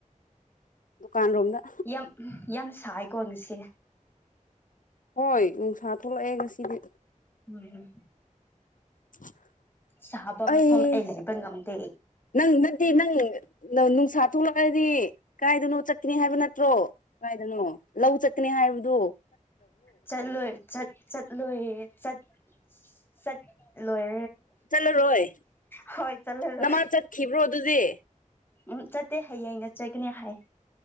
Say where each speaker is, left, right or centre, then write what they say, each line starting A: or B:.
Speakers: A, on the left; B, on the left.
A: ꯗꯨꯀꯥꯟ ꯔꯣꯝꯗ
B: ꯌꯥꯝ ꯌꯥꯝ ꯁꯥꯏꯀꯣ ꯉꯁꯦ
A: ꯍꯣꯏ ꯅꯨꯡꯁꯥ ꯊꯣꯛꯂꯛꯑꯦ ꯉꯁꯤꯗꯤ
B: ꯎꯝ
A: <unintelligible> <inaudible>
B: ꯁꯥꯕ
A: ꯑꯩ
B: ꯃꯐꯝ ꯂꯩꯕ ꯉꯝꯗꯦ
A: ꯅꯪ ꯅꯠꯇ ꯅꯪ ꯄꯁꯥ ꯊꯣꯛꯂꯛꯑꯗꯤ ꯀꯥꯏꯗꯅꯣ ꯆꯠꯀꯅꯤ ꯍꯥꯏꯕ ꯅꯠꯇ꯭ꯔꯣ ꯀꯥꯏꯗꯅꯣ ꯂꯧ ꯆꯠꯀꯅꯤ ꯍꯥꯏꯕꯗꯨꯣ
B: ꯆꯠꯂꯣꯏ ꯆꯠ ꯆꯠꯂꯣꯏ ꯆꯠ ꯆꯠ ꯂꯣꯏ
A: ꯆꯠꯂꯔꯣꯏ
B: ꯍ ꯆꯂꯦ ꯂꯣ
A: ꯅꯃꯥ ꯆꯠꯈꯤꯕ꯭ꯔꯣ ꯑꯗꯨꯗꯤ
B: ꯎꯝ ꯆꯠꯇꯦ ꯍꯌꯦꯡꯅ ꯆꯠꯀꯅꯤ ꯍꯥꯏ